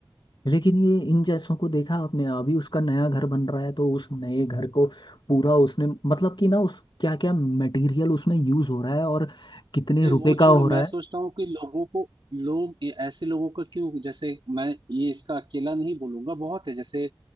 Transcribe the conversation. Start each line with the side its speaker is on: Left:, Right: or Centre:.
Left: लेकिन ये इन जैसों को देखा आपने अभी उसका नया घर बन रहा है तो उस नए घर को पूरा उसने मतलब कि ना उस क्या क्या मटेरियल उसमें यूज हो रहा है और कितने
Right: ए,
Left: रुपए
Right: वो
Left: का
Right: छोड़ो
Left: हो
Right: मैं
Left: रहा
Right: सोचता हूँ कि लोगों को लोग ए- ऐसे लोगों का क्यों जैसे मैं ये इसका अकेला नहीं बोलूंगा बहुत है जैसे